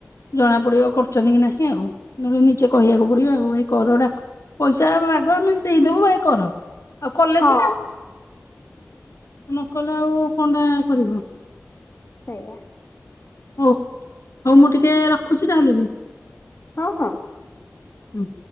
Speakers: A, on the left (about 85°); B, on the left (about 50°).
A: ଜଣା ପଡିବ କରୁଛନ୍ତି କି ନାହିଁ ଆଉ, ନହେଲେ ନିଜେ କହିବାକୁ ପଡିବ ଆଉ ଏଇ କରଡ଼ା କୁ ପଇସା ଆଗ ଆମେ ଦେଇଦବୁ ଭାଇ କର । ଆଉ କଲେ
B: ହଁ
A: ସିନା, ନ କଲେ ଆଉ କଣ୍ଟା କରିବ
B: ଏଇଆ
A: ହଉ, ହଉ ମୁଁ ଟିକେ ରଖୁଛି ତାହେଲେ ବି
B: ହଁ ହଁ
A: ହମ